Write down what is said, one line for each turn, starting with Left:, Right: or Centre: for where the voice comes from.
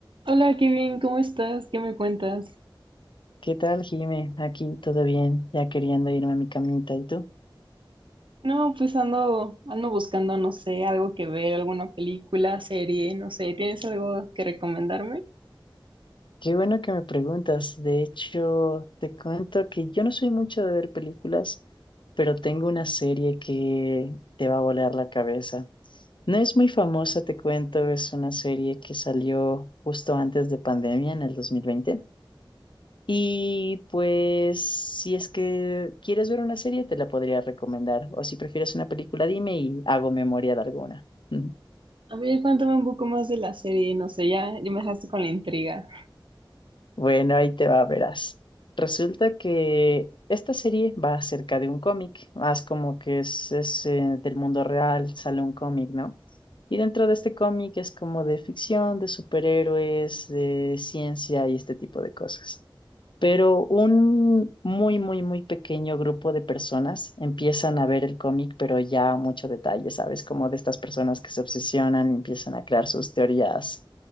Right: Hola, qué bien, ¿cómo estás? ¿Qué me cuentas?
Left: ¿Qué tal, Jime? Aquí todo bien, ya queriendo irme a mi camita. ¿Y tú?
Right: No, pues ando, ando buscando, no sé, algo que ver, alguna película, serie, no sé, ¿tienes algo que recomendarme?
Left: Qué bueno que me preguntas. De hecho, te cuento que yo no soy mucho de ver películas, pero tengo una serie que te va a volar la cabeza. No es muy famosa, te cuento, es una serie que salió justo antes de pandemia, en el 2020. Y pues, si es que quieres ver una serie, te la podría recomendar. O si prefieres una película, dime y hago memoria de alguna. <laughs>
Right: A ver, cuéntame un poco más de la serie, no sé, ya, ya me dejaste con la intriga.
Left: Bueno, ahí te va, verás. Resulta que esta serie va acerca de un cómic, más como que es, es, eh, del mundo real, sale un cómic, ¿no? Y dentro de este cómic es como de ficción, de superhéroes, de ciencia y este tipo de cosas. Pero un muy, muy, muy pequeño grupo de personas empiezan a ver el cómic, pero ya a mucho detalle, ¿sabes? Como de estas personas que se obsesionan, empiezan a crear sus teorías,